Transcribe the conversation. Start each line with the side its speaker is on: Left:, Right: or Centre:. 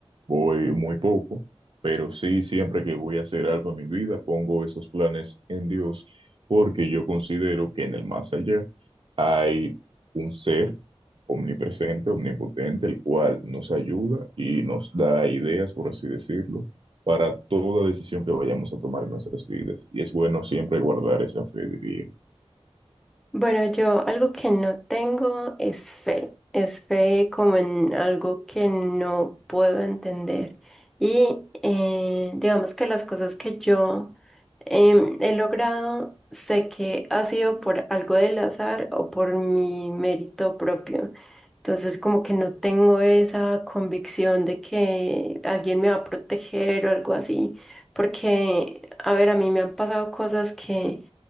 Right: Voy muy poco, pero sí, siempre que voy a hacer algo en mi vida, pongo esos planes en Dios, porque yo considero que en el más allá hay un ser omnipresente, omnipotente, el cual nos ayuda y nos da ideas, por así decirlo, para toda decisión que vayamos a tomar en nuestras vidas. Y es bueno siempre guardar esa fe, diría.
Centre: Bueno, yo algo que no tengo es fe. Es fe como en algo que no puedo entender. Y eh, digamos que las cosas que yo em, he logrado, sé que ha sido por algo del azar o por mi mérito propio. Entonces, como que no tengo esa convicción de que alguien me va a proteger o algo así. Porque, a ver, a mí me han pasado cosas que